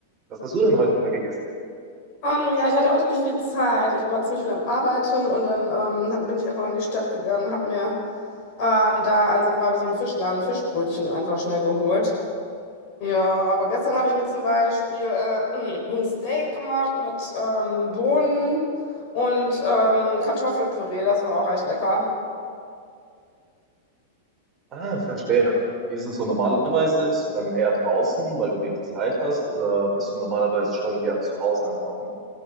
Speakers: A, on the right; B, on the left.
A: Was hast du denn heute Mittag gegessen?
B: Ähm, ja, ich hatte heute nicht viel Zeit. Ich war ziemlich viel am Arbeiten und dann ähm, hab- bin ich einfach in die Stadt gegangen, habe mir ähm, da an so, einem- beim so einem Fischladen Fischbrötchen einfach schnell geholt. Ja, aber gestern habe ich mir zum Beispiel äh, ein Steak gemacht mit ähm, Bohnen und ähm, Kartoffelpüree. Das war auch echt lecker.
A: Ah, verstehe. Wie ist es so normalerweise? Isst du dann eher draußen, weil du wenig Zeit hast oder bist du normalerweise schon gern zu Hause am Kochen?